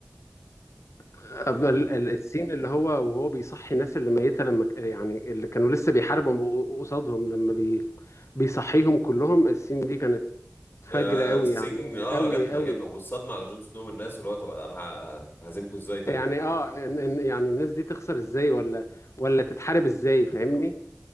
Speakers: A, on the left; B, on the left.
A: أب-
B: ف...
A: ال- ال- السين اللي هو وهو بيصحي الناس اللي ميتة لما ك- يعني اللي كانوا لسه بيحاربوا قصادهم لما بي بيصحيهم كلهم السين دي كانت فجر
B: يا
A: قوي
B: سين
A: يعني
B: اه
A: قوي
B: جامده
A: قوي
B: جامده والصدمه على جون سنو والناس اللي هو طب انا ه- ه- ههزمكم ازاي طيب
A: يعني اه إن- إن- يعني الناس دي تخسر ازاي ولا ولا تتحارب ازاي فاهمني